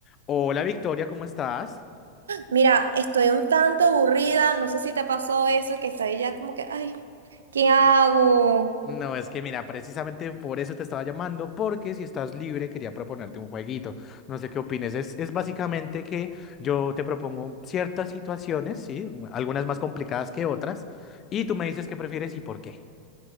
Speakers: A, on the left; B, on the right.
A: Hola Victoria, ¿cómo estás?
B: Mira, estoy un tanto aburrida, no sé si te pasó eso, que estoy ya como que, ay, ¿qué hago?
A: Eh, No, es que mira, precisamente por eso te estaba llamando, porque si estás libre quería proponerte un jueguito. No sé qué opines. Es, es básicamente que yo te propongo ciertas situaciones, sí, algunas más complicadas que otras, y tú me dices qué prefieres y por qué.